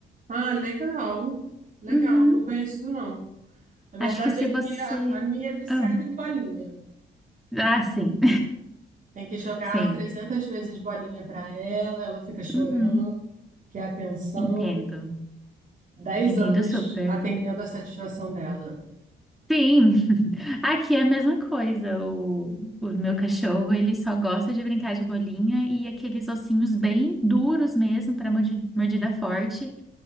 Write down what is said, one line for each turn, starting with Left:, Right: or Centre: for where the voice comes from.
Right: Ah, legal. Legal,
Centre: Uhum.
Right: não conheço não. A verdade
Centre: Acho que se
Right: é que
Centre: você.
Right: a, a minha é viciada
Centre: Ah,
Right: em bolinha.
Centre: ah, sim,
Right: Tem que jogar
Centre: <laughs> sim.
Right: 300 vezes bolinha para ela, ela fica chorando,
Centre: Uhum.
Right: quer atenção.
Centre: Entendo.
Right: dez
Centre: Entendo
Right: anos
Centre: super.
Right: atendendo a satisfação dela.
Centre: Sim, <laughs> aqui é a mesma coisa. O, o meu cachorro, ele só gosta de brincar de bolinha e aqueles ossinhos bem duros mesmo para mordida forte.